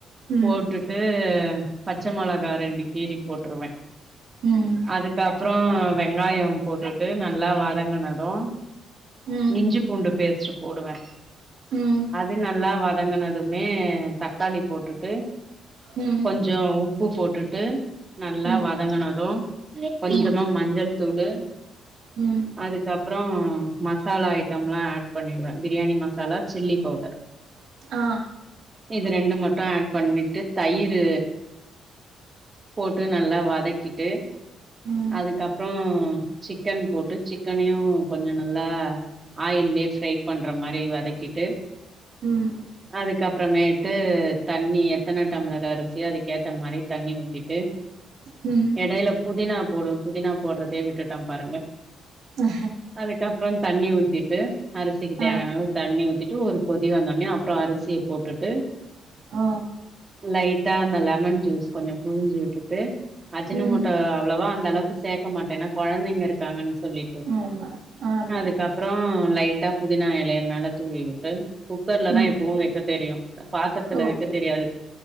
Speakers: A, on the right (about 75°); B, on the right (about 30°).
A: ம்
B: போட்டுட் ட்டு பச்சை மெளகா ரெண்டு கிரி போட்டுருவே
A: ம்
B: அதுக்கப்புறோ வெங்காயோ போட்டுட்டு நல்லா வதங்கனது
A: ம்
B: இஞ்சி பூண்டு பேஸ்ட் போடுவே
A: ம்
B: அது நல்லா வதங்கன துமே தக்காளி போட்டுட்டு
A: ம்
B: கொஞ்சோ உப்பு போட்டுட்டு நல்லா
A: ம்
B: வதங்கினது கொஞ்சமா
A: ம்
B: மஞ்சள் தூளு அதுக்
A: ம்
B: அதுக்கப்புறோ மசாலா ஐட்டம் எலா ஆட் பண்ணிடுவே பிரியாணி மசாலா சில்லி பவுடர்
A: ஆ
B: இது ரெண்டு மட்டு ஆட் பண்ணி ட்டு தயிரு போட்டு நல்லா வதக்கிட்டு
A: ம்
B: அதுக்கப்புறோ சிக்கன் போட்டு சிக்கனையு கொஞ்சோ நல்லா ஆயில்யே ஃப்ரை பண்ற மாரி வதக்கிட்டு
A: ம்
B: அதுக்கப்பறமேட்டு தண்ணிய எத்தனா டாம்லர் அரிசி அதுக்கேத்த மாரி தண்ணி ஊத்திட்டு
A: ம்
B: இடையில புதினா போடும் புதினா போடுறதையே விட்டுட்டா பாருங்க
A: ஆ
B: அதுக்கப்புறோ தண்ணி ஊத்திட்டு அரிசிக்கு தேவையான
A: ஆ
B: அளவு தண்ணி ஊத்திட்டு ஒரு கொதி வந்தடனே அப்புறோ அரிசிய போட்டுட்டு
A: ஆ
B: லைட்டா அந்த லெமன் ஜூஸ் கொஞ்சோ புழிஞ்சு விட்டுட்டு அஜினோ
A: ம்
B: மேட்டோ அவ்ளவா அந்தளவுக்கு சேக்க மாட்டேன்னா குழந்தைங்க இருக் இருக்காங்கன்னு சொல்லிட்டு
A: ஆமா ஆமா
B: அதுக்கப் அப்புறோ லைட்டா புதினா இலைய மேல தூவி விட்டு குக்கர்ல
A: ம்
B: தா எப்பவு வைக்க தெரியு பாத்ரத்துல
A: ஓகே
B: வைக்க தெரியாது